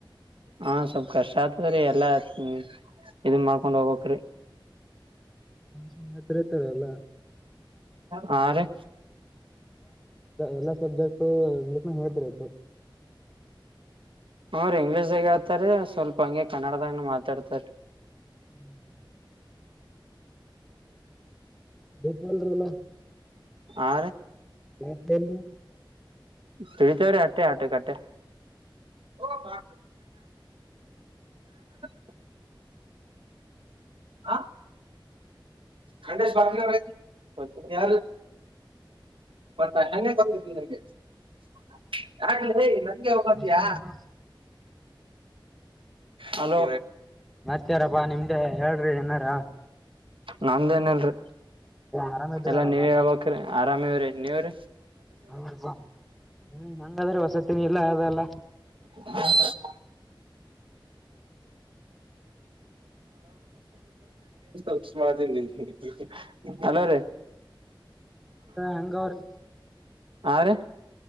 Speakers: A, on the right; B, in the centre.
A: ಹಾ ಸ್ವಲ್ಪ ಕಷ್ಟ ಆಗ್ತದ್ರೀ ಎಲ್ಲಾ್ಮ ಇದ ಮಾಡ್ಕೊಂಡ್ ಹೋಗ್ಕ್್ರಿ
B: ಹ ಹತ್ರ ತರಲ್ಲ
A: ಹಾ ರೀ
B: ಎಲ್ಲಾ ಸಬ್ಜೆಕ್ಟ್ ಇಂಗ್ಲೀಷ್ ನ ಹೇಳ್ತರಯತು
A: ಅವ್ರ ಇಂಗ್ಲೀಷ್ದಾಗ ಆತಾರ ಸ್ವಲ್ಪ ಹಂಗೆ ಕನ್ನಡದಾಗ ಮಾತಾಡ್ತಾರ
B: ಹ್ಮ್ ಭೋಪಾಲರಲ್ಲ
A: ಆ
B: ಮತ್ ಏನ್ ಲೇ
A: ತಿಳಿತವ್ರೀ ಅಟ್ಟೆ ಆಟ ಕಟ್ಟೆ ಓಬಾ ಮ <unintelligible> ಆ <unintelligible> ಂಡೇಶ ಸ್ಾಮ ಅವ ಯ ಮತ್ತ ಹೆಗೆ ಗೊತ್ತಂಗೆ ಹಗೆ ಹೋಗತ್ಯಾ
B: ಮತ್ತ
A: ಹಲೋ
B: ಮತ್ತಾರಪ್ಪಾ ನಿಮ್ದೆ ಹೇಳ್ರಿ ಏನಾರ
A: ನಮ್ದೇನಲ್ರಿ
B: ಆರಾಮ ಇದ್ರಲ್ಲವ
A: ಎಲ್ಲಾ ನೀವ ಹೇಳ್ಬಕ್ರಿ ಆರಾಮ ಇವ್ರೇ ನೀವ್ರ
B: ಹಪ್ಪ್ಮ ಹಂಗಾದ್ರೆ ಹೊಸತಿನ ಇಲ್ಲ ಅಲ್ಲ
A: ಹ ಉಸ್ ಮಾಡತ <unintelligible> ಅಲೋ ರೀ
B: ಹಂಗ ಅವರು
A: ಹಾ ರೀ